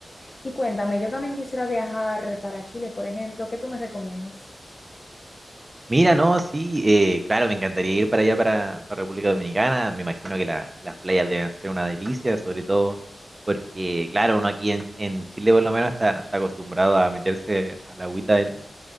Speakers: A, on the left; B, on the right.
A: Y cuéntame, yo también quisiera viajar para Chile, por ejemplo, ¿qué tú me recomiendas?
B: Mira, no, sí, eh, claro, me encantaría ir para allá, para, para República Dominicana. Me imagino que la- las playas deben ser una delicia, sobre todo porque, claro, uno aquí en, en Chile por lo menos está, está acostumbrado a meterse a la agüita en,